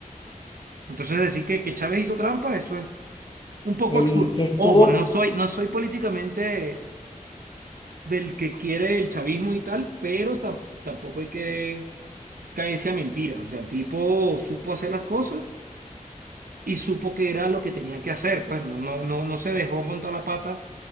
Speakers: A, on the right (about 90°); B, on the left (about 35°).
A: Entonces decir que, que Chávez hizo trampa, eso es un poco
B: El
A: absurdo.
B: que estuvo,
A: Ojo, no soy, no soy políticamente del que quiere el chavismo y tal, pero tam- tampoco hay que caerse a mentiras O sea, el tipo supo hacer las cosas y supo que era lo que tenía que hacer. Pues no, no, no, no se dejó montar la pata